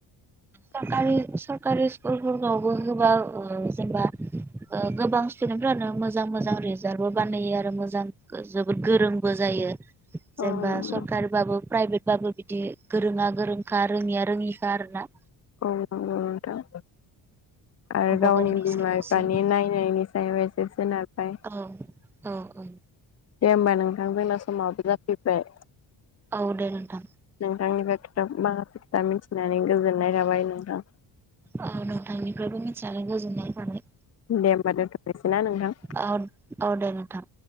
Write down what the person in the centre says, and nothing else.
सरकरि सरकारि स्कुलफोरनावबो होबाबो जेनेबा ओ गोबां स्टुदेन्थफोरानो मोजां मोजां रिजाल्टबो बानायो आरो मोजां जोबोद गोरोंबो जायो। जेनेबा
सरकारिबाबो प्राइभेट होनोमब्लाबो बिदि गोरोङा गोरोंखा रोङिया रोङिखा आरोना।
गावबा
सायावसो
औ औ औ।
औ दे नोंथां।
औ नोंथांनिफ्रायबो मिथिनानै गोजोन्नाय थाबाय।
औ औ दे नोंथां।